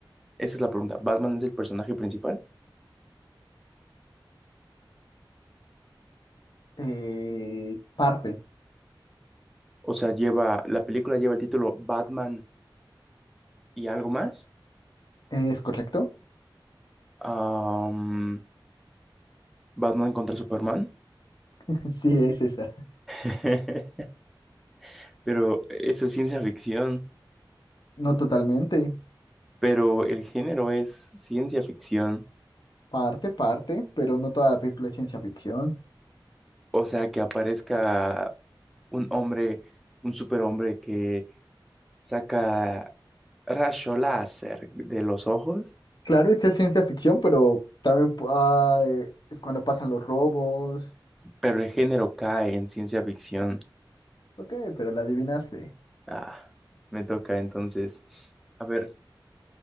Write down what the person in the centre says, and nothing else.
esa es la pregunta. ¿Batman es el personaje principal?
O sea, lleva, la película lleva el título Batman y algo más.
am, Batman contra Superman.
<laughs> Pero eso es ciencia ficción.
Pero el género es ciencia ficción.
O sea, que aparezca un hombre, un superhombre que saca rayo láser de los ojos,
pero el género cae en ciencia ficción.
Ah, me toca entonces. A ver.